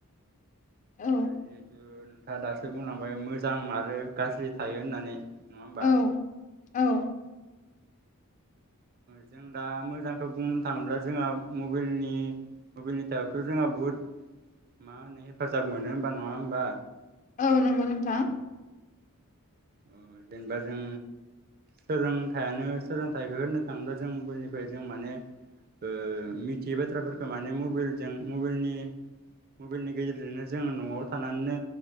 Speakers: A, on the left; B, on the right.
A: औ
B: जिहेथु नोंथाङा दासो बुंलांबाय मोजां आरो गाज्रि थायो होननानै नङा होमबा?
A: औ औ।
B: जों दा मोजांखौ बुंनो थाङोब्ला जोंहा मबाइलनि बबेनिथायथ' जोंहा बुहुद मा होनो हेफाजाब मोनो होमबा नङा होमबा
A: औ नंगौ नोंथा
B: अ जेनेबा जों सोलोंथाइयानो सोलोंथाइखौ होननो थाङोब्ला जों मबलनिफ्राय जों माने ओ मिथियै बाथ्राफोरखौ माने मबाइलजों मबाइलनि मबाइलनि गेजेरजोंनो जोङो न'आव थानानैनो